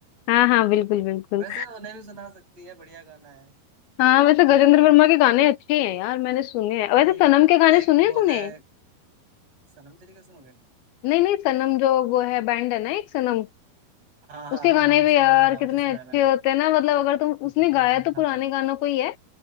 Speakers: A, on the left; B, on the right.
A: हाँ हाँ बिल्कुल बिल्कुल
B: वैसे उन्हें भी सुना सकती है बढ़िया गाना है
A: हाँ वैसे
B: तारीफ
A: गजेंद्र
B: करेंगे
A: वर्मा
B: तेरी
A: के गाने अच्छे हैं यार मैंने सुने हैं वैसे
B: हम्म
A: सनम के गाने
B: एक
A: सुने
B: वो
A: हैं तूने
B: है सनम तेरी कसम हो गए
A: नहीं नहीं सनम जो वो है बैंड है ना एक सनम
B: हाँ हाँ
A: उसके
B: हाँ
A: गाने
B: हाँ
A: भी
B: सुना
A: यार
B: है नाम
A: कितने
B: तो सुना
A: अच्छे
B: है मैंने
A: होते हैं ना मतलब अगर तुम
B: हम्म,
A: उसने गाया तो पुराने
B: हाँ
A: गानों को ही है